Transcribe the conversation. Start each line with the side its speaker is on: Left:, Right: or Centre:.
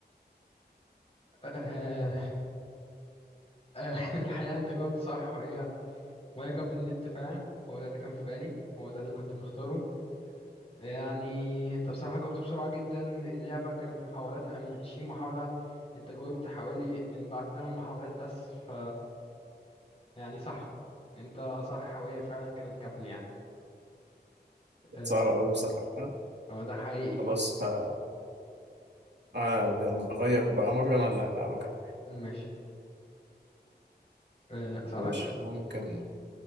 Left: آه، آه، <laughs> الحقيقة انت جاوبت صح وهي وهي قبل النت فعلا هو ده اللي كان في بالي هو ده اللي كنت مختاره يعني انت بصراحة جاوبت بسرعة جدا اللعبة كانت محاولاتها من 20 محاولة انت جاوبت حوالي من بعد 8 محاولات بس ف يعني صح انت صح وهي فعلا كانت قبل يعني اه
Right: صعب قوي بصراحة آه،
Left: آه، ده حقيقي
Right: خلاص آه... آه، نغير بقى مرة انا اللي هلعبك أنا.
Left: ماشي آه، اسألك
Right: ماشي ممكن